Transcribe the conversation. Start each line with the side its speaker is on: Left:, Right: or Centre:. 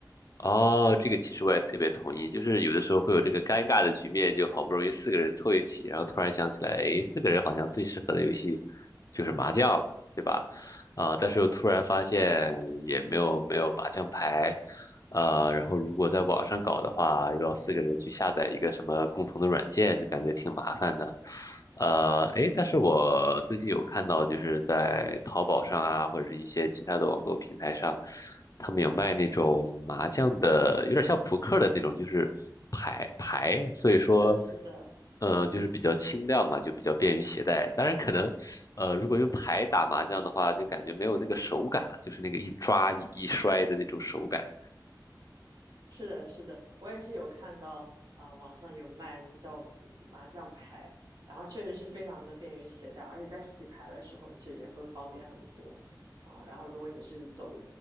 Left: 哦，这个其实我也特别同意，就是有的时候会有这个尴尬的局面，就好不容易四个人凑一起，然后突然想起来，哎，四个人好像最适合的游戏就是麻将，对吧？啊、但是又突然发现也没有没有麻将牌，呃，然后如果在网上搞的话，又要四个人去下载一个什么共同的软件，就感觉挺麻烦的。呃，诶，但是我最近有看到，就是在淘宝上啊，或者是一些其他的网购平台上，他们有卖那种麻将的，有点像扑克的那种，就是牌牌，所以说。
Right: 是的，是的，
Left: 呃，就是比较轻量嘛，就比较便于携带。当然，可能，呃，如果用牌打麻将的话，就感觉没有那个手感了，就是那个一抓一一摔的那种手感。
Right: 是的，是的，我也是有看到啊、网上有卖叫嗯麻将牌，然后确实是非常的便于携带，而且在洗牌的时候其实也会方便很多啊、然后如果你是走